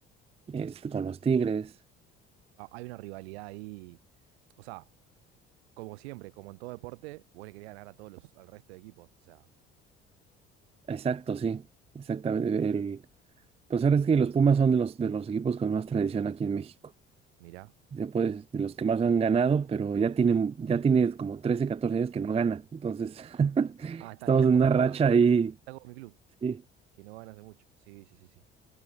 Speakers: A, on the right (about 20°); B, on the right (about 70°).
A: este, con los Tigres.
B: Ah, hay una rivalidad ahí. O sea, como siempre, como en todo deporte, vos le querías ganar a todos los, al resto de equipos. O sea,
A: Exacto, sí, exactamente. Pues ahora es que los Pumas son de los, de los equipos con más tradición aquí en México.
B: mira.
A: Ya puedes, de los que más han ganado, pero ya tienen, ya tiene como 13 14 años que no gana. Entonces, <laughs>
B: Ah, está,
A: estamos
B: está
A: en
B: como
A: una
B: Boca,
A: racha ahí.
B: está como mi club,
A: Sí.
B: que no gana hace mucho. Sí, sí, sí, sí.